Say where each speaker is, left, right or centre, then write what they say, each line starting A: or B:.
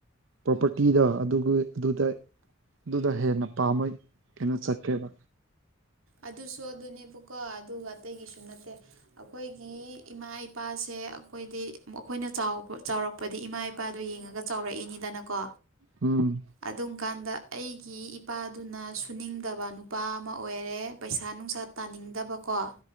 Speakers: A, on the right; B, on the right.
A: ꯄ꯭ꯔꯣꯄꯔꯇꯤꯗ ꯑꯗꯨꯒ ꯑꯗꯨꯗ ꯑꯗꯨꯗ ꯍꯦꯟꯅ ꯄꯥꯝꯃꯩ ꯀꯩꯅꯣ ꯆꯠꯀꯦꯕ
B: ꯑꯗꯨꯁꯨ ꯑꯗꯨꯅꯦꯕꯀꯣ ꯑꯗꯨꯒ ꯑꯇꯩꯒꯤꯁꯨ ꯅꯠꯇꯦ ꯑꯩꯈꯣꯏꯒꯤ ꯏꯃꯥ ꯏꯄꯥꯁꯦ ꯑꯦ ꯑꯩꯈꯣꯏꯗꯤ ꯑꯩꯣꯏꯅ ꯆꯥꯎꯕ ꯆꯥꯎꯔꯛꯄꯗꯤ ꯏꯃꯥ ꯏꯄꯥꯗꯣ ꯌꯦꯡꯉꯒ ꯆꯥꯎꯔꯛꯏꯅꯤꯗꯅꯀꯣ
A: ꯎꯝ
B: ꯑꯗꯨꯝ ꯀꯥꯟꯗ ꯑꯩꯒꯤ ꯏꯄꯥꯗꯨꯅ ꯁꯨꯅꯤꯡꯗꯕ ꯅꯨꯄꯥ ꯑꯃ ꯑꯣꯏꯔꯦ ꯄꯩꯁꯥ ꯅꯨꯡꯁꯥ ꯇꯥꯅꯤꯡꯗꯕꯀꯣ